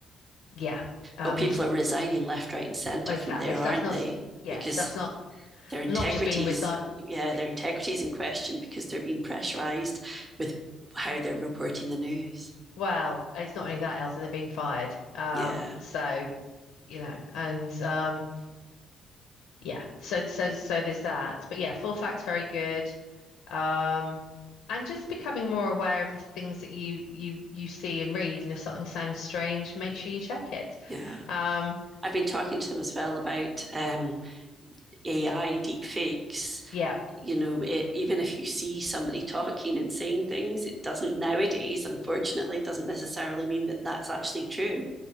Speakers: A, on the left (about 90°); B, on the right (about 25°).
A: yeah, um,
B: well, people are resigning left, right, and centre
A: well,
B: from
A: exactly.
B: there,
A: Stuff's
B: aren't
A: not,
B: they?
A: s- yeah,
B: Because
A: stuff's not
B: their integrities,
A: not just being resigned.
B: yeah,
A: It,
B: their integrity in question because they're being pressurised with how they're reporting the news.
A: Well, it's not only that, Elsa, they're being fired. Um,
B: Yeah,
A: so you know, and um, Yeah. So so so there's that. But yeah, full fact's very good. Um, and just becoming more aware of the things that you you you see and read, and if something sounds strange, make sure you check it.
B: yeah.
A: Um,
B: I've been talking to them as well about um, AI deepfakes.
A: yeah.
B: You know, it, even if you see somebody <laughs> talking and saying things, it doesn't nowadays, unfortunately, doesn't necessarily mean that that's actually true.